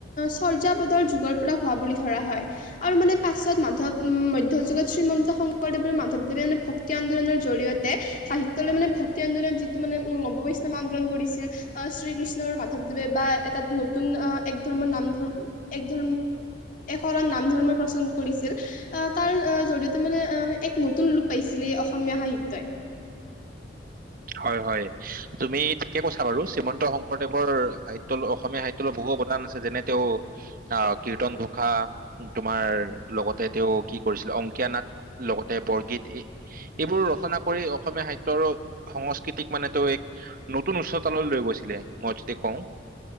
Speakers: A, on the left; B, on the right.
A: চৰ্যাপদৰ যুগৰ পৰা হোৱা বুলি ধৰা হয়। আৰু মানে পাছত মাধৱ উম, মধ্য যুগত শ্ৰীমন্ত শংকৰদেৱ আৰু মাধৱদেৱে মানে ভক্ত- ভক্তি আন্দোলনৰ জৰিয়তে সাহিত্যলৈ মানে ভক্তি আন্দোলন যিটো মানে উম বৈষ্ণৱ আন্দোল কৰিছিল অঁহ শ্ৰীকৃষ্ণ আৰু মাধৱদেৱে বা এটা নতুন আহ এক ধৰ্মৰ নাম ধৰ্ম এক ধৰ্ম একশৰণ নাম ধৰ্ম প্ৰচলন কৰিছিল। আহ তাৰ জৰিয়তে মানে আহ এক নতুন ৰূপ পাইছিল এই অসমীয়া সাহিত্যই।
B: হয় হয় তুমি ঠিকে কৈছা বাৰু শ্ৰীমন্ত শংকৰদেৱৰ সাহিত্য অসমীয়া সাহিত্য বহু অৱদান আছে, যেনে তেওঁ আ কীৰ্তন ঘোষা। তোমাৰ লগতে তেওঁ কি কৰিছিল অংকীয়া নাট লগতে বৰগীত এই এইবোৰ ৰচনা কৰি অসমীয়া সাহিত্যৰো, সংস্কৃতিক মানে তেওঁ এক নতুন উচ্চতালৈ গৈছিলে, মই যদি কওঁ।